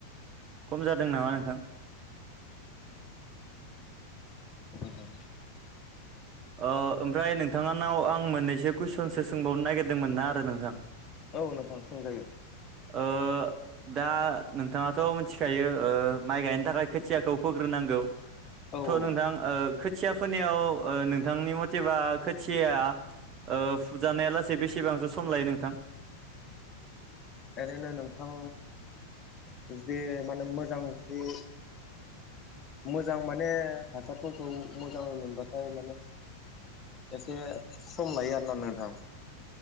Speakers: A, on the right (about 30°); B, on the left (about 25°).
A: खम जादों नामा नोंथां?
B: नोंथां
A: ओ ओमफ्राय नोंथांङानाव आं मोननैसो कुइसनसो सोंबावनो नागिरदोंमोन ना आरो नोंथां।
B: औ नोंथां सोंजायो।
A: ओ दा नोंथाङाथ' मिथिखायो ओ माइ गायनो थाखाय खोथियाखौ फोग्रोनांगौ। <inaudible>
B: औ औ।
A: नोंथां ओ खोथिया फोनायाव ओ नो नोंथांनि मथेबा खोथियाया फुजानाया लासै बेसेबांसो सम लायो नोंथां?
B: ओरैनो नोंथां जे माने मोजां जुदि मोजां माने हासारफोरखौ मोजाङै मोनबाथाय माने एसे सम लायो आरोना नोंथां।